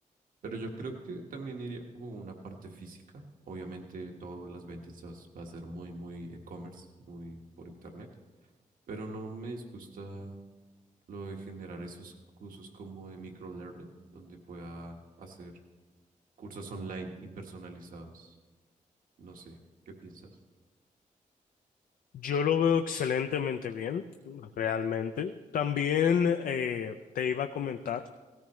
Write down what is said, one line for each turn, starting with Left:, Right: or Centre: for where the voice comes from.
Right: Pero yo creo que también iría como una parte física. Obviamente todas las ventas se vas- va a ser muy, muy e-commerce, muy por internet. Pero no me disgusta lo de generar esos cursos como de microlearning, donde pueda hacer cursos online y personalizados. No sé, ¿qué piensas?
Left: Yo lo veo excelentemente bien, realmente. También eh, te iba a comentar,